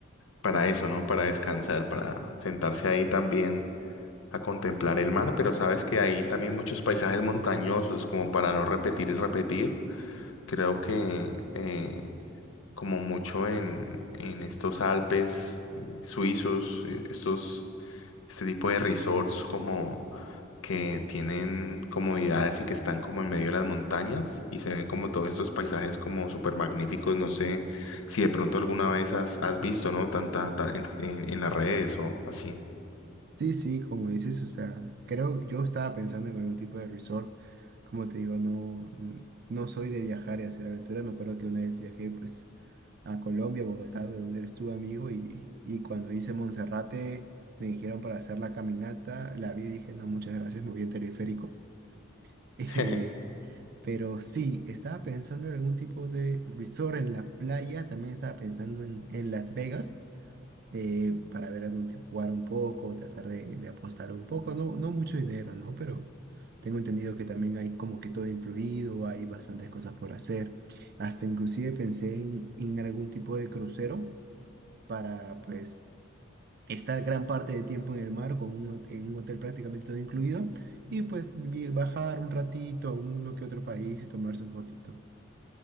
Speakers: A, on the left; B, on the right.
A: para eso, ¿no? Para descansar, para sentarse ahí también a contemplar el mar, pero sabes que hay también muchos paisajes montañosos como para no repetir y repetir. Creo que eh, como mucho en, en estos Alpes eh, suizos, eh, estos, este tipo de resorts como que tienen comodidades y que están como en medio de las montañas y se ven como todos estos paisajes como súper magníficos. No sé si de pronto alguna vez has, has visto, ¿no? Tanta, ta- en, en- en las redes o así.
B: Sí, sí, como dices, o sea, creo, yo estaba pensando en algún tipo de resort. Como te digo, no, n- no soy de viajar y hacer aventuras. Me acuerdo que una vez viajé, pues a Colombia, Bogotá, de donde eres tú, amigo, y, y cuando hice Monserrate, me dijeron para hacer la caminata, la vi y dije, no, muchas gracias, me voy en teleférico. <laughs> Eh,
A: <laughs>
B: pero sí, estaba pensando en algún tipo de resort en la playa, también estaba pensando en, en Las Vegas, eh, para ver algún tipo, jugar un poco, tratar de, de apostar un poco, no, no mucho dinero, ¿no? Pero tengo entendido que también hay como que todo incluido, hay bastantes cosas por hacer. Hasta inclusive pensé en, en algún tipo de crucero para pues estar gran parte del tiempo en el mar con un, hot- en un hotel prácticamente todo incluido y pues vi- bajar un ratito a uno que otro país y tomarse un fotito.